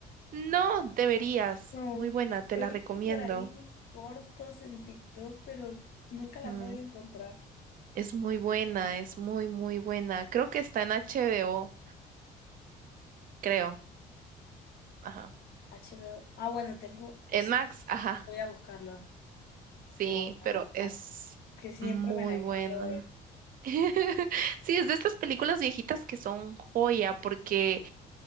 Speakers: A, on the right; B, on the left.
A: No, deberías.
B: No,
A: Muy buena, te
B: he
A: la
B: visto
A: recomiendo.
B: por ahí cortos en TikTok, pero nunca la
A: Mm,
B: he podido encontrar.
A: Es muy buena, es muy, muy buena. Creo que está en HBO, creo. Ajá.
B: HBO. Ah, bueno, tengo, pues
A: En Max, ajá.
B: voy a buscarla.
A: Sí,
B: La voy
A: pero
B: a buscar,
A: es
B: que siempre
A: muy
B: me la he
A: buena.
B: querido ver.
A: <laughs> Sí, es de estas películas viejitas que son joya, porque